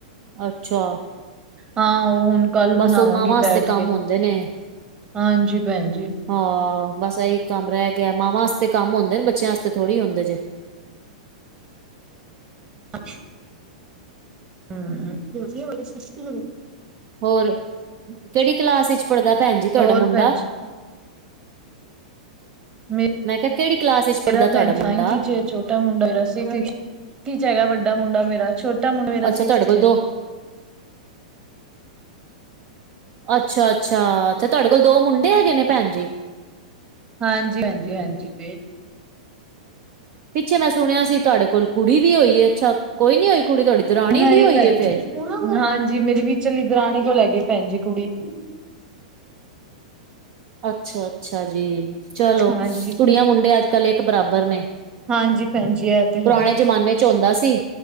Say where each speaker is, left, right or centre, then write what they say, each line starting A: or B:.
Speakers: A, on the right (about 40°); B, on the right (about 25°).
A: ਅੱਛਾ
B: ਹਾਂ ਉਹ ਹੁਣ ਕੱਲ
A: ਬਸ
B: ਬਣਾਵਾਂਗੀ
A: ਉਹ ਮਾਵਾਂ ਵਾਸਤੇ
B: ਬੈਠ
A: ਕੰਮ
B: ਕੇ
A: ਹੁੰਦੇ ਨੇ।
B: ਹਾਂਜੀ ਭੈਣ ਜੀ
A: ਹਾਂ ਬਸ ਇਹੀ ਕੰਮ ਰਹਿ ਗਿਆ ਮਾਵਾਂ ਆਸਤੇ ਕੰਮ ਹੁੰਦੇ ਨੇ ਬੱਚਿਆਂ ਆਸਤੇ ਥੋੜ੍ਹੀ ਹੁੰਦੇ ਜੇ
B: ਅੱਛ ਹਮ ਹੁੰਦੀ ਹੋਣੀ ਸਸਤੀ
A: ਹੋਰ, ਕਿਹੜੀ ਕਲਾਸ ਵਿੱਚ ਪੜ੍ਹਦਾ ਭੈਣ ਜੀ ਤੁਹਾਡਾ
B: ਹੋਰ
A: ਮੁੰਡਾ?
B: ਭੈਣ ਜੀ ਮੇ,
A: ਮੈਂ ਕਿਹਾ ਕਿਹੜੀ ਕਲਾਸ ਵਿੱਚ ਪੜ੍ਹਦਾ
B: ਮੇਰਾ ਭੈਣ
A: ਤੁਹਾਡਾ
B: ਜ
A: ਮੁੰਡਾ
B: ਨਾਇਨਥ 'ਚ ਛੋਟਾ, ਾ ਮੁੰਡਾ ਜ ਸੀ 'ਚ ਹੈਗਾ, ਵੱਡਾ ਮੁੰਡਾ ਮੇਰਾ ਛੋਟ ਮੁੰਡਾ ਮੇਰਾ
A: ਅੱਛਾ
B: ਸਿਕਸਥ
A: ਤੁਹਾਡੇ ਕੋਲ
B: ਚ ਏ
A: ਦੋ ਅੱਛਾ ਅੱਛਾ, ਤੁਹਾਡੇ ਕੋਲ ਦੋ ਮੁੰਡੇ ਹੈਗੇ ਨੇ ਭੈਣ ਜੀ?
B: ਹਾਂਜੀ, ਹਾਂਜੀ, ਹਾਂਜੀ।
A: ਪਿੱਛੇ ਮੈਂ ਸੁਣਿਆ ਸੀ ਤੁਹਾਡੇ ਕੋਲ ਕੁੜੀ ਵੀ ਹੋਈ ਹੈ? ਅੱਛਾ ਕੋਈ ਨੀ ਹੋਈ ਕੁੜੀ, ਤੁਹਾਡੀ ਦਰਾਣੀ
B: ਨਹੀਂ
A: ਦੀ ਹੋਈ
B: ਭੈਣ
A: ਹੈ ਫੇਰ?
B: ਜੀ ਹਾਂਜੀ, ਮੇਰੀ ਵਿਚ ਵਾਲੀ ਦਰਾਣੀ ਕੋਲ ਹੈਗੀ ਭੈਣ ਜੀ ਕੁੜੀ।
A: ਅੱਛਾ ਅੱਛਾ ਜੀ, ਚਲੋ
B: ਹਾਂਜੀ
A: ਕੁੜੀਆਂ ਮੁੰਡੇ ਅੱਜ ਕੱਲ ਇੱਕ ਬਰਾਬਰ ਨੇ।
B: ਹਾਂਜੀ ਭੈਣ ਜੀ ਇਹ ਤੇ
A: ਪੁਰਾਣੇ
B: ਹੈ
A: ਜ਼ਮਾਨੇ 'ਚ ਆਉਂਦਾ ਸੀ।